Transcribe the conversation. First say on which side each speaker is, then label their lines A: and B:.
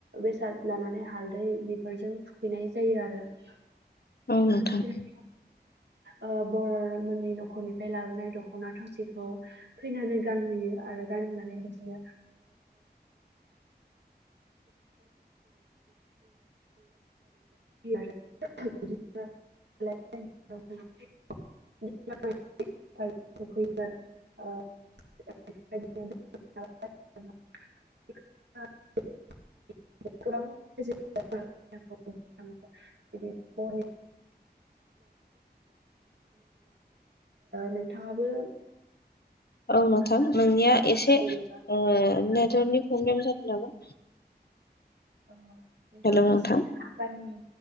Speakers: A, on the right; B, on the left.
A: बेसाद लानानै हालदै बेफोरजों थुखैनाय जायो आरो <unintelligible> <unintelligible>
B: औ नोंथां औ नोंथां
A: ओ बर'मोननि न'खरनिफ्राय लाबोनाय दखना थावसिखौ खैनानो गान होयो आरो गानहनानै बिदिनो <unintelligible> <unintelligible> <unintelligible> <unintelligible> <unintelligible> <unintelligible> <unintelligible> <unintelligible> ओ नोंथाङाबो
B: औ नोंथां नोंनिया एसे
A: बागै
B: ओ नेटवर्कनिखौ प्र प्रब्लेम जादो नामा
A: <unintelligible> नोंथांआबो
B: हेलौ नोंथां
A: एसे आबादनि